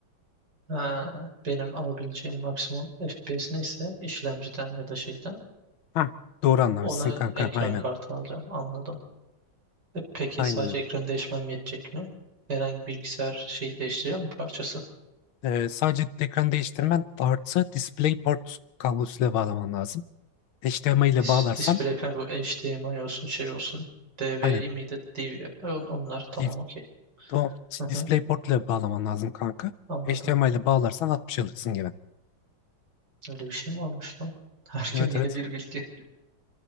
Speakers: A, on the right; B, on the left.
A: Ha, benim alabileceğim maksimum FPS neyse işlemciden ya da şeyden
B: Ha, doğru anlamışsın
A: Ona
B: kanka
A: ekran
B: aynen.
A: kartı alacağım. Anladım. E peki
B: Aynen
A: sadece
B: öyle.
A: ekranı değişmem yetecek mi? Herhangi bir bilgisayar şeyi değiştireceğim mi parçası?
B: Ee, sadece ekranı değiştirmen artı DisplayPort kablosuyla bağlaman lazım. HDMI ile
A: Dis
B: bağlarsan
A: display panel bu HDMI olsun şey olsun. DVI
B: aynen
A: miydi? DVI. On- Onlar tamam
B: di-
A: okey.
B: o
A: Hı
B: DisplayPort
A: hı,
B: ile bağlaman lazım kanka.
A: Anladım.
B: HDMI ile bağlarsan 60 alırsın gibi.
A: Öyle bir şey mi varmış lan? <laughs> Her
B: Evet
A: gün yeni
B: evet.
A: bir bilgi.